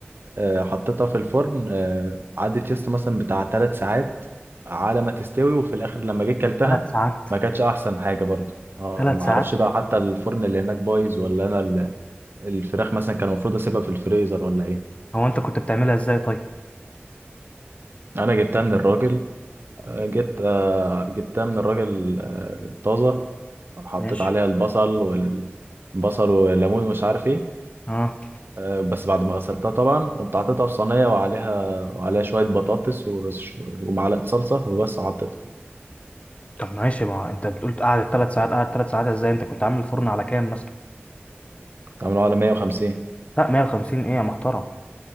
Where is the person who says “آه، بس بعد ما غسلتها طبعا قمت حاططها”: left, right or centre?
Right